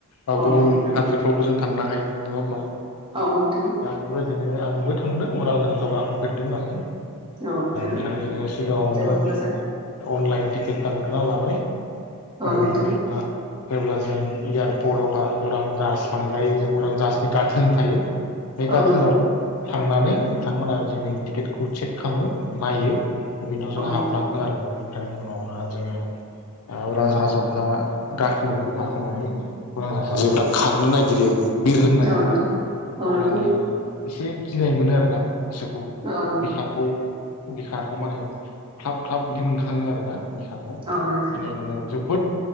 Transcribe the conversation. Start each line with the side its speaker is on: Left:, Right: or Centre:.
Left: बा
Right: औ
Left: गुबुन
Right: नोंथां
Left: हादोरफ्रावबो जों थांनो हायो नङा होमबा
Right: औ नोंथां
Left: दा बेबायदिनो आंबो थांदों अरां जाहासाव गाखोफेरदों नालाय
Right: औ नोंथां
Left: बेहाय जोङो सिगाङावनो
Right: जोबोद मोजां
Left: अनलाइन टिकेट दानग्रोना लाबाय <unintelligible>
Right: औ
Left: बेनि
Right: नोंथां
Left: उनावहा जेब्ला जों एयारपर्टवहा उरां जास थांजायो जों उरां जाहासनि गाथोन थायो बे गाथोनाव
Right: औ नोंथां
Left: थांनानै बिथांमोना जोंनि टिकेटखौ चेक खालामो नायो। <unintelligible> जोंआ
Right: औ नोंथां
Left: हाबलाङो आरो बेनिफ्रायनो उनावहा जोङो ओ उरां जाहाजावहा गाखोबाय गाखोनानै <unintelligible> जेब्ला खारनो नागिरो बिरनो नागिरो
Right: औ नोंथां औ
Left: अब्लानिया
Right: नोंथां
Left: एसे गिनाय मोनो आरोना गोसोखौ
Right: औ
Left: बिखाखौ बिखाखौ माने ख्लाब ख्लाब बिदि मोनखाङो आरो ना बिखाखौ
Right: नोंथां
Left: गिनाय मोनो। जोबोद